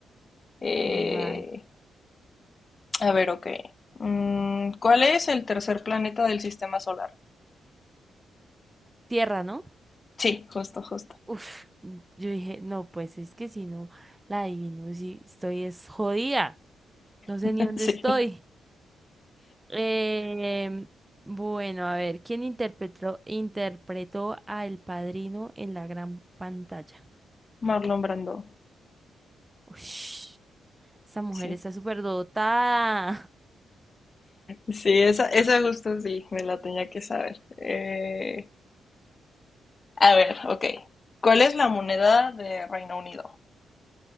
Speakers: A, on the left; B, on the right.
A: Eh,
B: Vale.
A: a ver, ok. Mm, ¿cuál es el tercer planeta del sistema solar?
B: Tierra, ¿no?
A: Sí, justo, justo.
B: Uf, yo dije, no, pues es que si no la adivino, si estoy es jodida. No sé
A: <laughs>
B: ni dónde
A: Sí,
B: estoy. Eh, bueno, a ver, ¿quién interpretó, interpretó a El Padrino en la gran pantalla?
A: Marlon Brando.
B: Ush, esa mujer
A: Sí,
B: está súper dotada. <laughs>
A: sí, esa, esa justo sí, me la tenía que saber. Eh, a ver, ok. ¿Cuál es la moneda de Reino Unido?